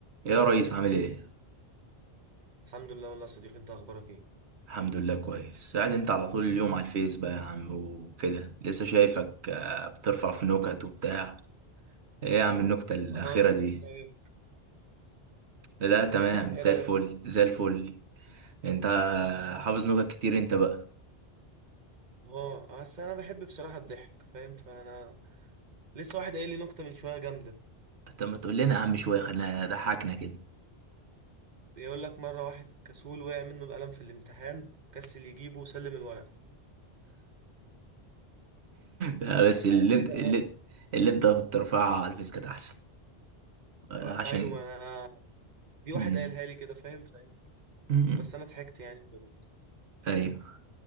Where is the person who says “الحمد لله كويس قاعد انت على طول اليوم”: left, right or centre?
Right